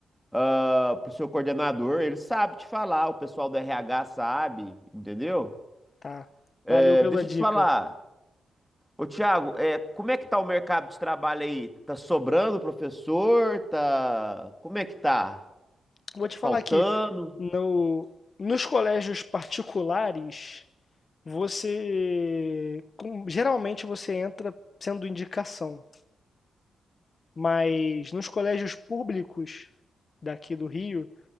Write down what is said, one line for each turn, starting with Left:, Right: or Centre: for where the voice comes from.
Centre: ah, pro seu coordenador, ele sabe te falar, o pessoal do RH sabe, entendeu?
Left: Tá.
Centre: É,
Left: Valeu pela
Centre: deixa
Left: dica.
Centre: eu te falar. Ô, Thiago, é, como é que tá o mercado de trabalho aí? Tá sobrando professor? Tá... Como é que tá?
Left: Vou
Centre: Tá
Left: te falar
Centre: faltando?
Left: aqui, no, nos colégios particulares, você com- geralmente você entra sendo indicação. Mas nos colégios públicos daqui do Rio,